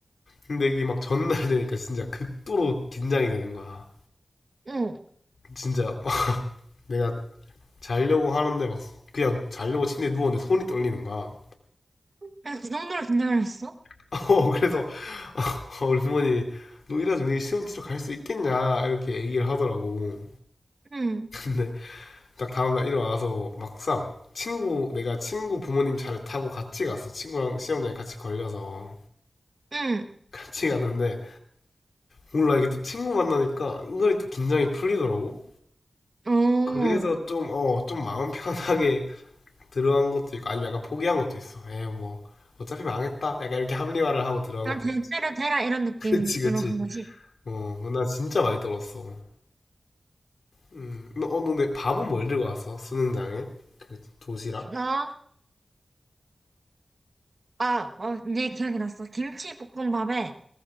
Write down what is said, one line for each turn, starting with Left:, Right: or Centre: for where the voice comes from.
Left: 근데 이게 막 전날 되니까 진짜 극도로 긴장이 되는 거야.
Right: 어.
Left: 진짜 막 내가 자려고 하는데 막 그냥 자려고 침대에 누웠는데 손이 떨리는 거야.
Right: 난그 정도로 긴장을 했어?
Left: <laughs> 어, 그래서 <laughs> 우리 부모님이 너 이래가지고 내일 시험 치러 갈 수 있겠냐 이렇게 얘기를 하더라고.
Right: 응,
Left: 근데 딱 다음날 일어나서 막상 친구 내가 친구 부모님 차를 타고 같이 갔어. 친구랑 시험장에 같이 걸려서.
Right: 응,
Left: 같이 갔는데 몰라 이게 또 친구 만나니까 은근히 또 긴장이 풀리더라고.
Right: 어.
Left: 그래서 좀, 어, 좀 마음 편하게 들어간 것도 있고 아니면 약간 포기한 것도 있어. 에이 뭐 어차피 망했다. 약간 이렇게 합리화를 하고 들어간
Right: 난
Left: 것도
Right: 대대로
Left: 있어.
Right: 되라 이런 느낌으로
Left: <laughs> 그치 그치.
Right: 한 거지.
Left: 어, 나 진짜 많이 떨었어. 음, 너, 어, 너 근데 밥은 뭘 들고 왔어? 수능장에? 그 도시락?
Right: 나, 아, 어, 이 기억이 났어. 김치볶음밥에